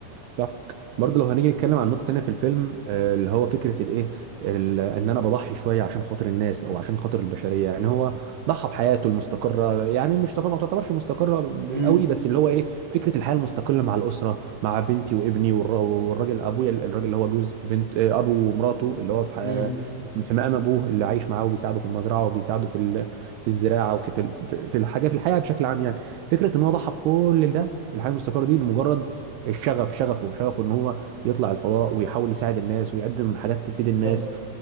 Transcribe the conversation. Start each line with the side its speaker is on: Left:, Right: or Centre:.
Right: صح برضه
Left: مم.
Right: لو هنيجي نتكلم عن نقطة تانية في الفيلم آه، اللي هو فكرة الإيه ال- إن أنا بضحي شوية عشان خاطر الناس أو عشان خاطر البشرية يعني هو ضحى بحياته المستقرة يعني مش تعتبر ما تعتبرش مستقرة ب-
Left: مم.
Right: قوي بس اللي هو إيه فكرة الحياة المستقلة مع الأسرة مع بنتي وابني والر- والراجل أبويا الراجل اللي هو جوز بنت آه، أبو ومراته اللي هو في ح-
Left: مم.
Right: في مقام أبوه اللي عايش معاه وبيساعده في المزرعة وبيساعده في ال- في الزراعة وفي في في الحاجة في الحياة بشكل عام يعني فكرة إن هو ضحى بكل ده الحياة المستقرة دي لمجرد الشغف شغفه شغفه ان هو يطلع الفضاء ويحاول يساعد الناس ويقدم حاجات تفيد الناس
Left: طب